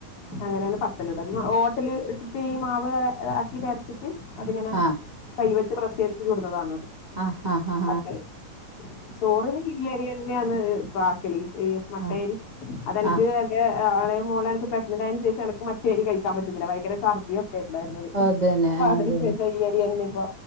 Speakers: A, on the left; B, on the right.
A: അങ്ങനേണ് പത്തല്ട ഓട്ടല് ഇട്ടിട്ട് ഈ മാവ് ആക്കിട്ട് അരച്ച് ട്ട് അതിങ്ങനെ
B: ആ
A: കൈവെച്ച് പ്രെസ്സെയ്തിട്ട് ചുട്ന്നതാന്നത്
B: ആഹ് ആഹ് ഹാ
A: പത്തല് ചോറിന് ഈയരിന്നേണ് പ്പാക്കല് ഈ മട്ടേരി
B: ആ
A: അതെനിക്ക്
B: ആ
A: അതെന്ക്ക് എളെ മോളെ എനിക്ക് പ്രഗ്നന്റായ ശേഷം എനക്ക് മറ്റേരി കഴിക്കാൻ പറ്റത്തില്ല ഭയങ്കര ഛർദിയും ക്കെണ്ടായിരുന്നത്
B: അതന്നെ
A: അപ്പ
B: അതന്നെ
A: അതിന് ശേഷം ഈയരിന്നെപ്പ